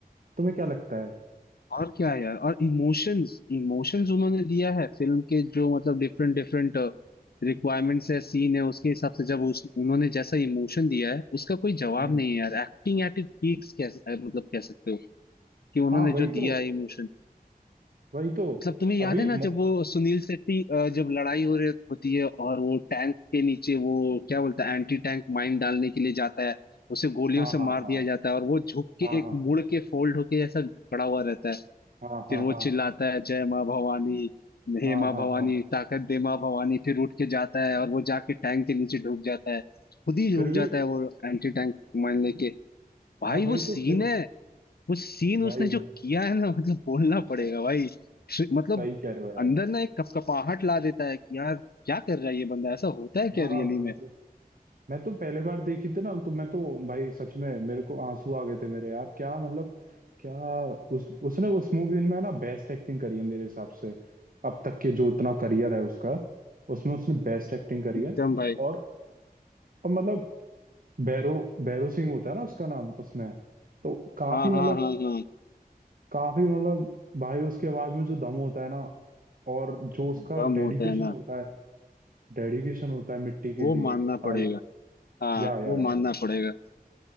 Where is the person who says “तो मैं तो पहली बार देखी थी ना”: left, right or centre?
Right